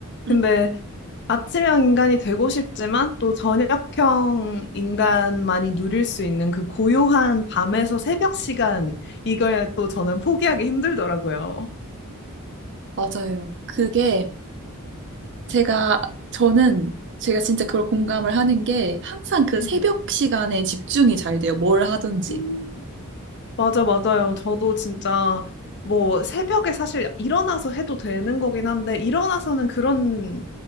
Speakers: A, on the right; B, on the left.
A: <laughs>
B: 근데 아침형 인간이 되고 싶지만 또 저녁형 인간만이 누릴 수 있는 그 고요한 밤에서 새벽 시간, 이걸 또 저는 포기하기 힘들더라고요.
A: 맞아요. 그게 제가 저는 제가 진짜 그걸 공감을 하는 게 항상 그
B: 음.
A: 새벽 시간에 집중이 잘 돼요. 뭘 하든지.
B: 음. 맞아, 맞아요. 저도 진짜 뭐 새벽에 사실 일어나서 해도 되는 거긴 한데, 일어나서는 그런